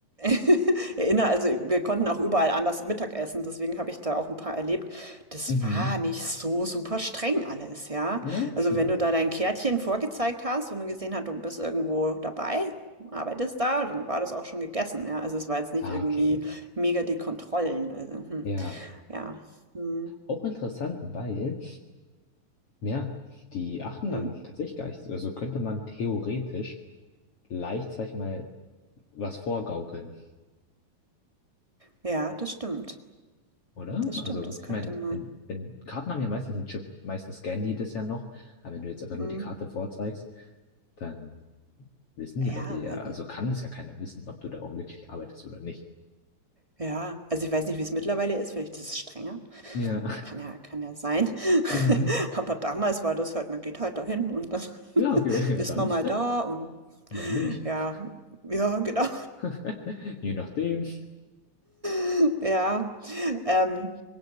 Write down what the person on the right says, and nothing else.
<laughs> erinnere also, wir konnten auch überall anders Mittag essen, deswegen habe ich da auch ein paar erlebt. Das
war nicht so super streng alles, ja?
Also, wenn du da dein Kärtchen vorgezeigt hast, wo man gesehen hat, du bist irgendwo dabei, arbeitest da, dann war das auch schon gegessen, ja? Also, es war jetzt nicht
irgendwie
mega die Kontrollen, also, hm,
ja. Mhm,
mhm.
Ja, das stimmt.
Das
stimmt, das
könnte
man
Mhm.
Ja,
also
ja, also ich weiß nicht, wie es mittlerweile ist, vielleicht ist es strenger.
Kann ja kann ja sein. <laughs>
Aber damals war das halt, man geht halt dahin und dann
<laughs>
ist
man mal da und
ja, ja, genau.
<laughs> Ja. Ähm,